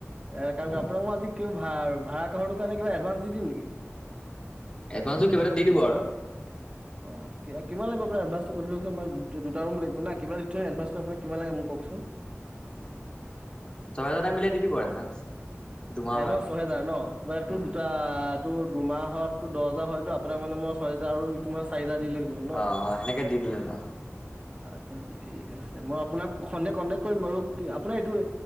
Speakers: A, on the right; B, on the left.
A: এ, কাম
B: অ
A: আপোনাক মই আজি ভা-ভাড়া ঘৰৰ কাৰণে কিবা এডভাঞ্চ দি দিম নেকি?
B: এডভাঞ্চটো কিবা এটা দি দিব আৰু।
A: অ'। কিমান লাগবো আপোনাক এডভাঞ্চটো কৰি দুটা ৰুম লাগিব না, কিবা দি থৈ এডভাঞ্চটো আপোনাক কিমান লাগে মোক কওকচোন।
B: ছহেজাৰ এটা মিলাই দি দিব আৰু। এডভান্স দুমাহৰ
A: এডভানঞ্চ
B: কাৰণে
A: ছহেজাৰ ন' মানে
B: উম
A: তোৰ দুটা টো দুমাহত তোৰ দহ হাজাৰ হয়তো আপোনাক মানে মই ছয় হাজাৰ আৰু ইটো মহৰ চাৰি হাজাৰ দিলে যাব ন
B: অ', অ' সেনেকে দি দিলে হ'ল অ'।
A: <inaudible> ঠিক আছে, মই আপোনাক সন্ধিয়া কন্টেক্ট কৰিম বাৰু কি আপোনাৰ এইটো